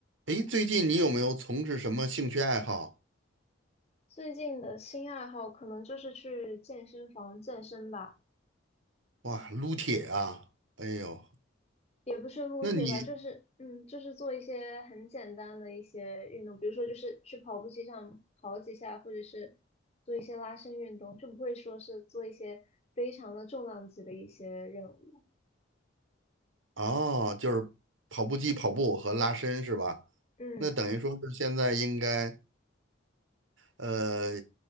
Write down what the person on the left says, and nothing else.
最近的新爱好可能就是去健身房健身吧，
也不是撸铁吧，
就是嗯，就是做一些很简单的一些运动，比如说就是去跑步机上跑几下，或者是做一些拉伸运动，就不会说是做一些非常的重量级的一些任务。
嗯，